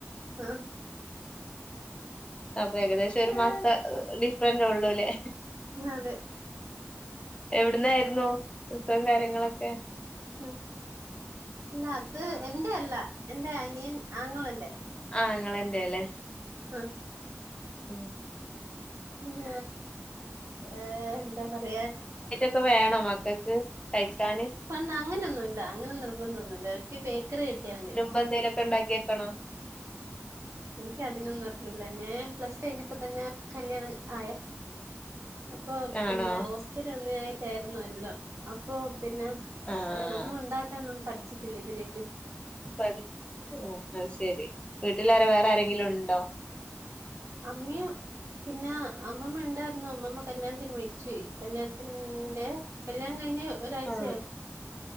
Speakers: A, on the right; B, on the left.
A: ആ
B: അപ്പൊ ഏകദേശം ഒരു മാസത്തെ ഡിഫറന്റ് ഉള്ളൂലെ
A: അതേ
B: എവിട്ന്നായിരുന്നു പ്രസവും കാര്യങ്ങളൊക്കെ
A: ഉം ഇല്ല അത് എന്റെയല്ല എന്റെ അനിയൻ ആങ്ങളെന്റെ
B: ആങ്ങളന്റെ ല്ലേ
A: അ
B: ഉം
A: പിന്ന ഏ എന്താ പറയാ
B: ക്കെ വേണോ മക്കക്ക് കയ്ക്കാന്
A: പണ്ട് അങ്ങനൊന്നുല്ല അങ്ങനെ നിർബന്തൊന്നുല്ല ഓൽക്ക് ബേക്കറി കിട്ടിയാ മതി
B: പ്പന്തേലൊക്കെണ്ടാക്കി ക്കണോ
A: എനിക്കതിനൊന്നും അറില്ല ഞാൻ പ്ലസ് ടു കയ്ഞപ്പത്തെന്നെ കല്യാണം ആയേ അപ്പൊ പിന്നെ
B: ആണോ
A: ഓസ്റ്റൽന്നായിട്ടായിരുന്നു എല്ലം അപ്പൊ പിന്നെ
B: ആഹ്
A: ഏ ഒന്നുണ്ടാക്കാനൊന്നും പഠിച്ചിട്ടില്ലെ ഇതു വരെറ്റും
B: ആയ് ശരി വീട്ടിൽര വേറെ ആരെങ്കിലും ണ്ടോ?
A: അമ്മിയ പിന്നെ അമ്മമ്മ ണ്ടായിരുന്നു അമ്മമ്മ കല്യാണത്തിന് മരിച്ചു പോയി കല്യാണത്തിന്റെ കല്യാണം കഴിഞ്ഞ ഒരാഴ്ചയ-
B: ആഹ്